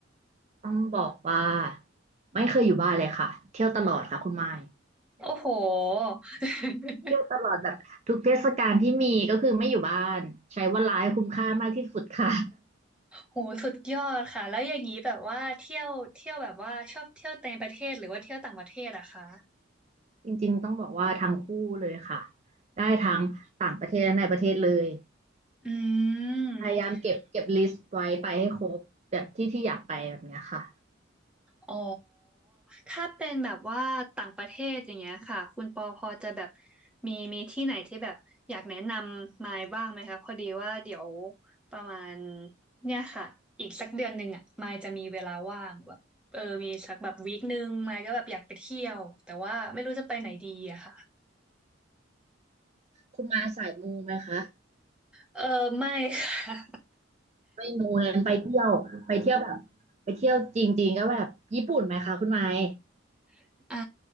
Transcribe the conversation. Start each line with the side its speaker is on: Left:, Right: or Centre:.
Right: ต้องบอกว่าไม่เคยอยู่บ้านเลยค่ะเที่ยวตลอดค่ะคุณไม้
Centre: ๆโอ้โห <laughs>
Right: <laughs> เที่ยวตลอดแบบทุกเทศกาลที่มีก็คือไม่อยู่บ้านใช้เวลาให้คุ้มค่ามากที่สุดค่ะ
Centre: โหสุดยอดค่ะแล้วอย่างนี้แบบว่าเที่ยวเที่ยวแบบว่าชอบเที่ยวในประเทศหรือว่าเที่ยวต่างประเทศอะคะ
Right: <laughs> จริงๆต้องบอกว่าทั้งคู่เลยค่ะได้ทั้งต่างประเทศและในประเทศเลย
Centre: อืม
Right: พยายามเก็บเก็บลิสต์ไว้ไปให้ครบแบบที่ที่อยากไปแบบเนี้ยค่ะ
Centre: อ๋อ ถ้าเป็นแบบว่าต่างประเทศอย่างเงี้ยค่ะ คุณปอพอจะแบบมีมีที่ไหนที่แบบอยากแนะนำมายบ้างไหมคะพอดีว่าเดี๋ยวประมาณเนี่ยค่ะอีกสักเดือนหนึ่งอ่ะมายจะมีเวลาว่างแบบเออมีสักแบบวีคหนึ่งมายก็แบบอยากไปเที่ยวแต่ว่าไม่รู้จะไปไหนดีอะค่ะ
Right: คุณไมาสายมูไหมคะ
Centre: เออไม่ค่ะ
Right: ไม่มูนั้นไปเที่ยวไปเที่ยวแบบไปเที่ยวจริงๆก็แบบญี่ปุ่นไหมคะคุณไมค
Centre: <laughs> อ่า